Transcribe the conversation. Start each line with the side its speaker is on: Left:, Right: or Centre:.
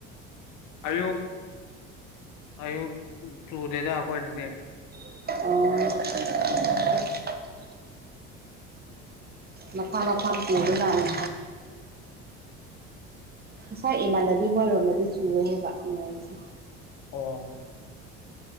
Left: <inaudible> ꯑꯥꯌꯨꯛ ꯑꯥꯌꯨꯛ ꯆꯨꯗꯦꯗ ꯑꯩꯈꯣꯏꯗꯗꯤ
Right: ꯑꯣ ꯃꯐꯥ ꯃꯐꯝ ꯁꯤꯡꯗꯨꯅꯥꯅꯤ ꯉꯁꯥꯏ ꯏꯃꯥꯟꯅꯕꯤ ꯃꯣꯏꯔꯣꯝꯗꯗꯤ ꯆꯨꯋꯦ ꯍꯥꯏꯕ ꯅꯣꯡꯁꯦ
Left: ꯑꯣ